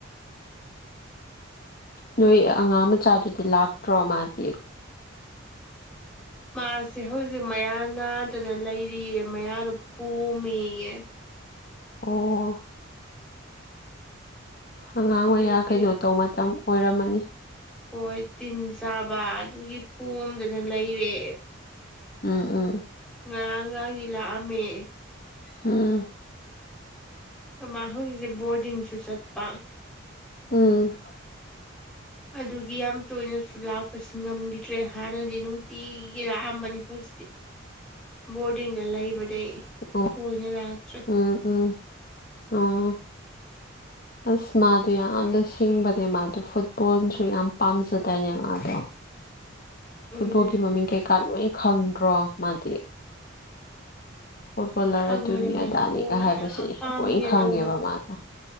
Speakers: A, on the left; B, in the centre.
A: ꯅꯣꯏ ꯑꯉꯥꯡ ꯃꯆꯥꯗꯨꯗꯤ ꯂꯥꯛꯇ꯭ꯔꯣ ꯃꯥꯗꯤ
B: ꯃꯥꯁꯦ ꯍꯧꯖꯤꯛ ꯃꯌꯥ ꯅꯥꯗꯅ ꯂꯩꯔꯤꯑ ꯃꯌꯥꯗꯣ ꯄꯣꯝꯃꯦꯌꯦ
A: ꯑꯣ ꯑꯉꯥꯡ
B: ꯑꯗꯨꯒꯤ
A: ꯃꯌꯥ ꯀꯩꯅꯣ ꯇꯧꯕ ꯃꯇꯝ ꯑꯣꯏꯔꯝꯃꯅꯤ
B: ꯍꯣꯏ ꯇꯤꯟ ꯆꯥꯕ ꯑꯗꯨꯒꯤ ꯄꯣꯝꯗꯅ ꯂꯩꯔꯦ
A: ꯎꯝ ꯎꯝ
B: ꯉꯔꯥꯡ ꯉꯥꯡꯁꯤ ꯂꯥꯛꯑꯝꯃꯦ
A: ꯎꯝ
B: ꯃꯥ ꯍꯧꯖꯤꯛꯁꯦ ꯕꯣꯔꯗꯤꯡꯁꯨ ꯆꯠꯄ
A: ꯎꯝ
B: ꯑꯗꯨꯒꯤ ꯌꯥꯝ ꯇꯣꯏꯅꯁꯨ ꯂꯥꯞ ꯑꯁ ꯉꯝꯈꯤꯗ꯭ꯔꯦ ꯍꯥꯟꯅꯗꯤ ꯅꯨꯡꯇꯤꯒꯤ ꯂꯥꯛꯑꯝꯕꯅꯤ ꯍꯧꯖꯤꯠꯇꯤ ꯕꯣꯔꯗꯤꯡꯗ ꯂꯩꯕꯗꯩ
A: ꯑꯣ
B: ꯇꯣꯏꯅ ꯂꯥꯛꯇ꯭ꯔꯦ
A: ꯎꯝ ꯎꯝ ꯑꯣ ꯑꯁ ꯃꯥꯗꯣ ꯌꯥꯝꯅ ꯁꯤꯡꯕꯅꯦ ꯃꯥꯗꯣ ꯐꯨꯠꯕꯣꯜꯁꯨ ꯌꯥꯝ ꯄꯥꯝꯖꯗꯏꯅꯦ ꯃꯥꯗꯣ ꯐꯨꯠꯕꯣꯜꯒꯤ
B: ꯎꯝ
A: ꯃꯃꯤꯡ ꯀꯩꯀꯥ ꯂꯣꯏ ꯈꯪꯗ꯭ꯔꯣ ꯃꯥꯗꯤ ꯐꯨꯠꯕꯣꯂꯔ
B: ꯈꯪꯕꯅꯦ
A: ꯑꯗꯨꯅꯤ
B: ꯃꯥꯅꯦ
A: ꯑꯗꯥꯅꯤꯒ
B: ꯕꯣꯜꯒ
A: ꯍꯥꯏꯕꯁꯦ
B: ꯌꯥꯝ ꯄꯥꯝꯃꯤꯅꯦ
A: ꯂꯣꯏ ꯈꯪꯉꯦꯕ
B: ꯇꯧꯕꯅꯦ
A: ꯃꯥꯗꯣ